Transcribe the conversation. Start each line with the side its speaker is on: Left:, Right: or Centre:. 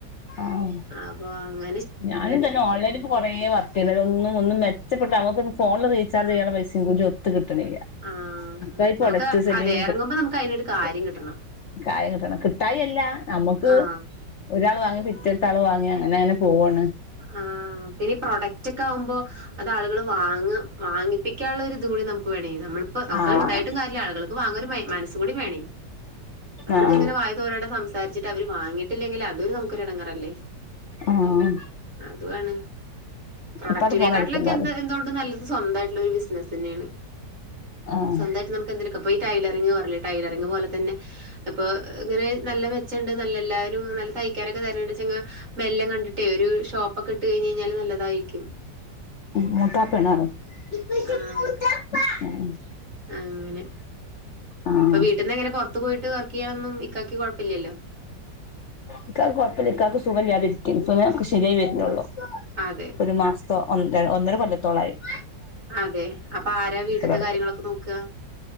Left: ആഹ്
Right: അപ്പോ അങ്ങ
Left: ഞാനും തന്നെ ഓൺലൈനിപ്പോ കുറേ വർക്ക് ചെയ്ത് ഒന്നും ഒന്നും മെച്ചപ്പെട്ട നമുക്ക് ഫോൺല് -ചാർജ്
Right: ആ
Left: ചെയ്യാന്ള്ള പൈസ <unintelligible> ട്ട്ണില്ല
Right: ആ
Left: ഞാ ഈ പ്രൊഡക്റ്റ്
Right: നമുക്ക്
Left: സെല്ലിങ്ങൊക്കെ
Right: അതെ ഇറങ്ങുമ്പോൾ
Left: <unintelligible>
Right: നമുക്ക് അതിനൊരു കാര്യം കിട്ടണം
Left: കായകിട്ടണം കിട്ടായല്ല നമ്മുക്ക്
Right: ആ
Left: ഒരാൾ വാങ്ങി ന്റട്താള് വാങ്ങിയാണ് അങ്ങനെ <unintelligible>
Right: ആഹ് ഈ പ്രൊഡക്റ്റൊക്കെ ആവുമ്പോ അത് ആളുകൾ വാങ്ങ വാങ്ങിപ്പിക്കാനുള്ള ഒരിതും കൂടി നമ്ക്ക് വേണേ നമ്മളിപ്പോ നമുക്കത്
Left: ആഹ്
Right: ഇണ്ടായിട്ടും കാര്യല്ല ആളുകൾക്ക് വാങ്ങാൻ ഒരു മൈ മനസ്സും കൂടി വേണേ നമ്മളിത്
Left: ആഹ്
Right: ഇങ്ങനെ വായ്തോരാണ്ട് സംസാരിച്ചിട്ട് അവര് വാങ്ങിയിട്ടില്ലെങ്കിൽ അതൊരു നമുക്കൊരു ഇടങ്ങറല്ലേ
Left: ആഹ്
Right: അതുവാണ് പ്രൊഡക്റ്റിനേക്കാട്ടിലൊക്കെ
Left: ഇപ്പാട് ഫോൺ അടിക്ക്‌ണ്ട് പറിയ്
Right: എന്ത്‌ എന്തൊകൊണ്ടും നല്ലത് സ്വന്തമായിട്ടുള്ളൊരു ബിസിനസ്സെന്നെയാണ്
Left: ആഹ്
Right: സ്വന്തായിട്ട് നമുക്ക് എന്തെലൊക്കെ പ്പൊ ഈ ടൈലറിങ് പറഞ്ഞില്ലേ ടൈലറിങ് പോലെ തന്നെ ഇപ്പൊ ഇങ്ങനെ നല്ല മെച്ച <unintelligible> നല്ല തയ്ക്കാനൊക്കെ തെരല്ണ്ടെച്ചെങ്ങാ മെല്ല ഒരു ഷോപ്പൊക്കെ ഇട്ട് കയിഞ്ഞിട്ട് കയിഞ്ഞാല് നല്ലതായിരിക്കും
Left: മൂത്താപ്പയാണാള് <inaudible>
Right: ആഹ് അങ്ങനെ
Left: ആഹ്
Right: പ്പൊ വീട്ടീന്ന് എങ്ങനെ പൊറത്ത് പോയിട്ട് വർക്ക് ചെയ്യാനൊന്നും ഇക്കാക്ക് കൊഴപ്പെയ്‌ല്ലല്ലോ
Left: ഇക്കാക്ക് കൊഴപ്പില്ല ഇക്കാക്ക് സുഖല്ലാതിരിക്ക്യേന് ഇപ്പൊ ഒക്കെ ശരിയായി വര്ന്നേള്ളൂ
Right: അതെ
Left: ഒരു മാസത്തോ ഒ ഒന്നര കൊല്ല <inaudible>
Right: അതെ അപ്പൊ ആരാ വീട്ട്ത്തെ
Left: തുടങ്ങി
Right: കാര്യങ്ങളൊക്കെ നോക്ക